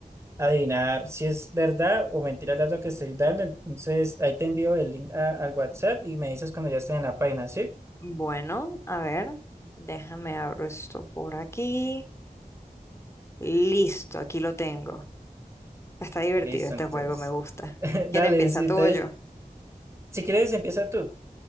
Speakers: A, on the right; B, on the left.
A: adivinar si es verdad o mentira el dato que estoy dando. Entonces, ahí te envío el link a- al WhatsApp y me dices cuando ya esté en la página, ¿sí?
B: Bueno, a ver, déjame abro esto por aquí. Listo, aquí lo tengo. Está divertido
A: Listo,
B: este
A: entonces.
B: juego, me gusta.
A: <laughs>
B: ¿Quién
A: Dale,
B: empieza,
A: sí,
B: tú
A: entonces,
B: o yo?
A: si quieres, empieza tú.